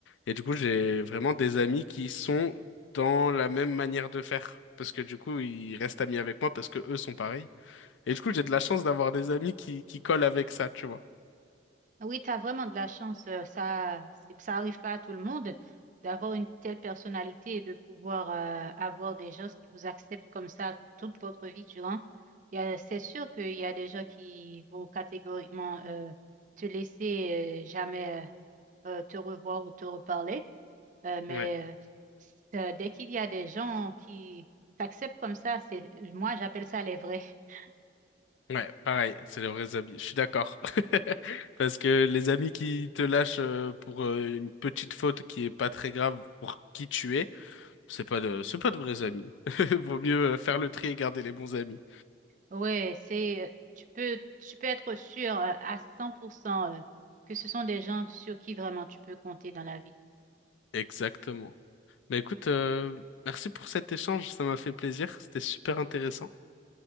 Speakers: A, on the left; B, on the right.
A: Et du coup, j'ai vraiment des amis qui sont dans la même manière de faire. Parce que du coup, ils restent amis avec moi parce que eux sont pareils. Et du coup, j'ai de la chance d'avoir des amis qui, qui collent avec ça, tu vois.
B: Oui, tu as vraiment de la chance. euh, ça, c'est- ça arrive pas à tout le monde d'avoir une telle personnalité et de pouvoir euh, avoir des gens qui vous acceptent comme ça toute votre vie durant. Il y a- C'est sûr qu'il y a des gens qui vont catégoriquement euh, te laisser euh, jamais euh, te revoir ou te reparler. Euh, mais
A: Ouais.
B: euh, dès qu'il y a des gens qui t'acceptent comme ça, c'est, moi, j'appelle ça les vrais. <laughs>
A: Ouais, pareil, c'est les vrais amis. Je suis d'accord. <laughs> Parce que les amis qui te lâchent euh, pour euh, une petite faute qui est pas très grave pour qui tu es, c'est pas de, c'est pas de vrais amis. <laughs> Vaut mieux euh, faire le tri et garder les bons amis.
B: Ouais, c'est, euh, tu peux, tu peux être sûr euh, à 100% euh, que ce sont des gens sur qui vraiment tu peux compter dans la vie.
A: Exactement. Bah écoute, euh, merci pour cet échange, ça m'a fait plaisir, c'était super intéressant.